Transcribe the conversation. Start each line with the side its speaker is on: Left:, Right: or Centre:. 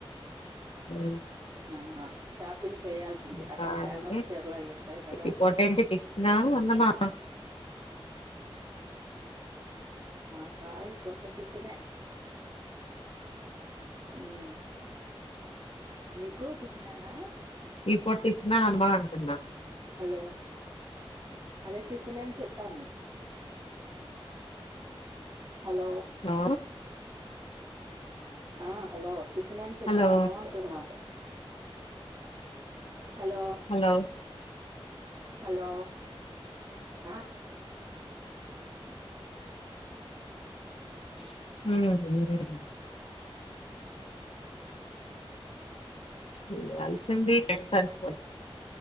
Left: ఊ
Right: ఆహ షాప్ ప్పిన్ చేయాల్సింది
Left: ఇంకా
Right: అక్కడ ఫేమస్
Left: అంటే
Right: చీరలు అయి ఉంటాయి కదా
Left: ఈ పూట ఏంటి టిఫిన్ ఆ అన్నమా
Right: మాకాయ పొట్ట టిఫినే ఉ మీకు టిఫిన్ ఏనా
Left: ఈ పూట టిఫినా అమ్మా అంటున్నా.
Right: హలో అదే టిఫిన్ అని చెప్పాను. హలో
Left: హలో
Right: ఆ హలో టిఫిన్ అని చెప్పాను
Left: హలో
Right: అంటున్నా, <unintelligible> హలో
Left: హలో
Right: హలో ఆ
Left: <unintelligible> ఉ అలిసింది అన్ని సర్కొని